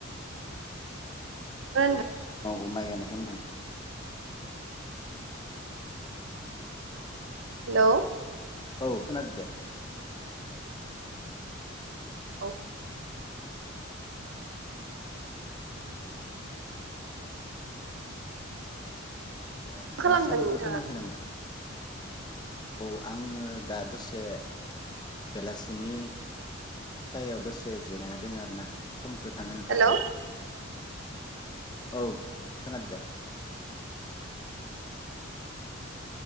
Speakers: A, on the right (about 70°); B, on the left (about 20°).
A: मा होनदो
B: औ औ माइ गायनायखौ होनदों।
A: हेलौ!
B: औ खोनादों दे।
A: औ।
B: ओ ओ। ओ नोंथाङा
A: खालामदों
B: साउन्दखौ
A: नोंथाङा
B: खोनायाखै नामा? औ आङो दा दसे बेलासिनि बिफां सायाव दसे जिरायना दङ आरोना समखौ थांहोनो थाखाय।
A: हेलौ
B: औ खोनादों दे।